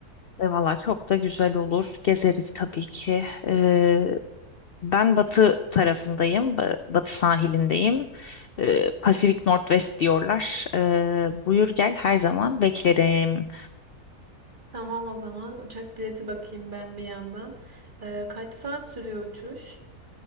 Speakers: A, on the left (about 65°); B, on the right (about 30°).
A: E, Valla çok da güzel olur. Gezeriz tabii ki. Ee, ben batı tarafındayım. ba- Batı sahilindeyim. Ee, Pacific Northwest diyorlar. Ee, buyur gel her zaman beklerim.
B: Tamam o zaman uçak bileti bakayım ben bir yandan. Ee, kaç saat sürüyor uçuş?